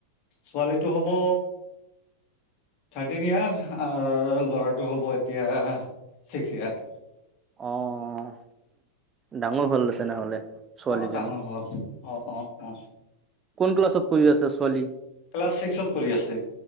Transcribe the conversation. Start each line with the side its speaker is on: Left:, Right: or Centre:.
Left: ছোৱালীটো হ'ব- থাৰ্টিন ইয়াৰ আৰু ল'ৰাটো হ'ব এতিয়া ছিক্স ইয়েৰ।
Right: অঁ ডাঙৰ হ'ল তেনেহলে। ছোৱালীজনী
Left: অঁ ডাঙৰ হ'ল অঁ অঁ অঁ।
Right: কোন ক্লাছত পঢ়ি আছে ছোৱালী।
Left: ক্লাছ ছিষ্কত পঢ়ি আছে।